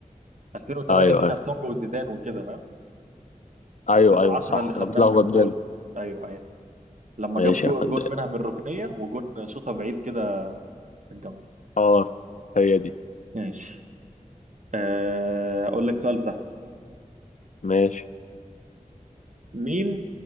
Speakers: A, on the right (about 60°); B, on the left (about 60°).
A: 2008
B: ايوه
A: دي كانت
B: ايوه
A: سونج وزيدان وكده فاهم
B: ايوه
A: 2010
B: ايوه صح
A: اللي خدناه
B: انا بتلخبط
A: من انجول
B: بين
A: ايوه ايوه لما
B: ماشي
A: جاب جو-
B: يا فندم
A: جون منها من الركنية وجون شوطة بعيد كده كانت جامدة
B: اه هي دي
A: ماشي آه، اقول لك سؤال سهل
B: ماشي
A: مين